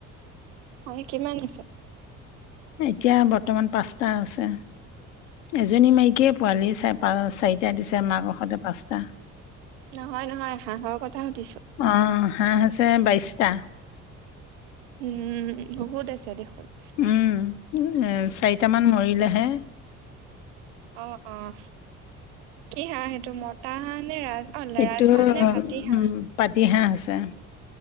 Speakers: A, on the right; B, on the left.
A: অ', <unintelligible> কিমান আছে?
B: এতিয়া বৰ্তমান পাঁচটা আছে। এজনী মাইকীয়ে পোৱালি, চাৰিটা দিছে মাকৰ সতে পাঁচটা।
A: নহয়, নহয় হাঁহৰ কথা সুধিছো
B: অ', হাঁহ আছে বাইশটা
A: উম, বহুত আছে দেখোন।
B: উম, এ চাৰিটামান মৰিলেহে।
A: অ', অ'। কি হাঁহ এইটো মতা হাঁহ নে? অ
B: এইটো
A: ৰাজহাঁহ নে পাতি হাঁহ
B: উম, পাতি হাঁহ আছে।